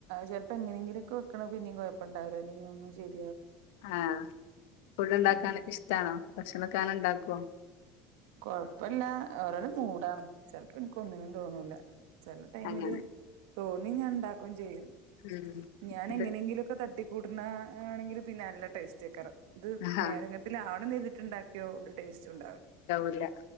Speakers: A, on the right (about 80°); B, on the left (about 85°).
A: ചിലപ്പോ എങ്ങനെങ്കിലൊക്കെ വെക്കണ പിന്നീ കുഴപ്പമണ്ട അല്ലെ അനെ ശരി
B: ആഹ ഫുഡ് ഉണ്ടാക്കാൻ
A: ഉം
B: ഇഷ്ടണോ ഭക്ഷണ കാന ഇണ്ടാക്കുവോ
A: കൊഴപ്പില്ല ഓരോരു മൂടാണ് ചിലപ്പോ എനിക്ക് ഒന്നിനും തോന്നൂല ചില ടൈമില്
B: അങ്ങനെ
A: തോന്നി ഞാൻ ഉണ്ടാക്കുകയും ചെയ്യുന്നു
B: ഉം
A: ഞാൻ
B: ഇത്
A: എങ്ങനെയെങ്കിലുംൊക്കെ തട്ടി കൂടുന്ന ആണെങ്കിൽ പിന്നെ നല്ല ടേസ്റ്റ് ആക്കറ ഇത്
B: ആഹാ
A: നേരെങ്ങ ആവണം ചെയ്തിട്ടുണ്ടാക്കി ക്കൊ ഒരു ടേസ്റ്റ് ഉണ്ടാവില്ല
B: ല്ല